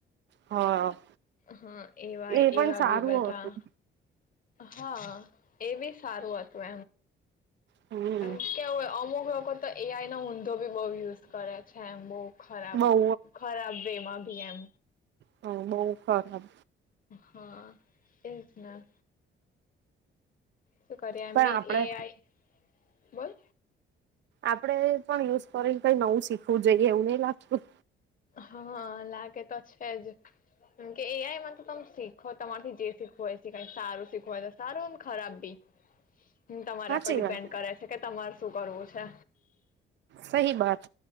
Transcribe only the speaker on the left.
હા એવા
એવા
બી બધા.
હા એ બી સારું હતું
એમ કેવું. અમુક લોકો તો એ આઈ નો ઊંધો બી બહ યુઝ કરે છે એમ બહ ખરાબ
ખરાબ વે માં ભી એમ.
હા. એજ ના. શું કરીએ એમ
બી
એ આઈ બોલ.
હા લાગે તો છે જ. મ કે એ મ તો તમે શીખો તમારથી જે શીખવો એ શીખાય સારું શીખવા ને સારું ખરાબ બી. તમારા
પર ડિપેન્ડ
કરે છે કે તમારે શું કરવું છે.